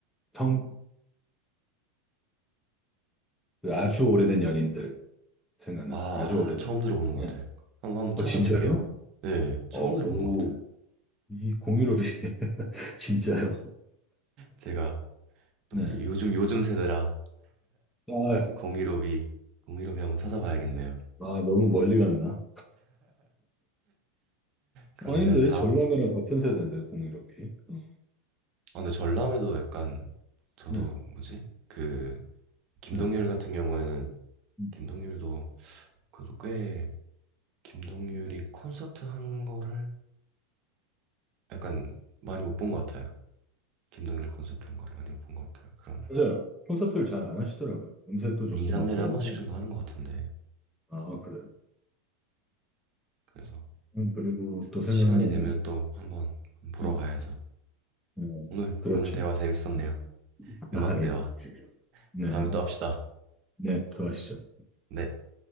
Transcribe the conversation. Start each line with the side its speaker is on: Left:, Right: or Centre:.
Centre: 성, 그 아주 오래된 연인들. 생각난다.
Right: 아
Centre: 아주 오래된.
Right: 처음 들어보는
Centre: 그냥.
Right: 것 같아요 한번 한번
Centre: 어,
Right: 찾아볼게요
Centre: 진짜요?
Right: 네 처음
Centre: 오,
Right: 들어보는 것 같아요
Centre: 이 공유롭이. <laughs> 진짜요?
Right: 제가
Centre: 네.
Right: 또 요즘 요즘 세대라
Centre: 아,
Right: 공일오비 공일오비 한번 찾아봐야겠네요
Centre: 아, 너무 멀리 갔나?
Right: 그럼
Centre: 아닌데,
Right: 제가 다음
Centre: 전람회랑 같은 세대인데, 공유롭이. 어,
Right: 아 근데 전람회도 약간 저도
Centre: 네,
Right: 뭐지 그 김동률
Centre: 네.
Right: 같은 경우에는
Centre: 음,
Right: 김동률도 그래도 꽤 김동률이 콘서트 한 거를 약간 많이 못 본 것 같아요. 김동률 콘서트 한 거를 많이 못 본 것 같아요. 그런
Centre: 맞아요. 콘서트를 잘 안 하시더라고요. 음색도 좋고
Right: 한 2, 3년에
Centre: 막 그런데.
Right: 한 번씩 정도 하는 것 같은데
Centre: 아, 그래요.
Right: 그래서
Centre: 음, 그리고 또 생각나는
Right: 시간이 되면
Centre: 게,
Right: 또 한번 보러
Centre: 네.
Right: 가야죠.
Centre: 음,
Right: 오늘
Centre: 그렇죠.
Right: 오늘 대화 재밌었네요.
Centre: 음, 아,
Right: 음악
Centre: 예.
Right: 대화.
Centre: 네,
Right: 다음에 또 합시다.
Centre: 네, 또 하시죠.
Right: 네.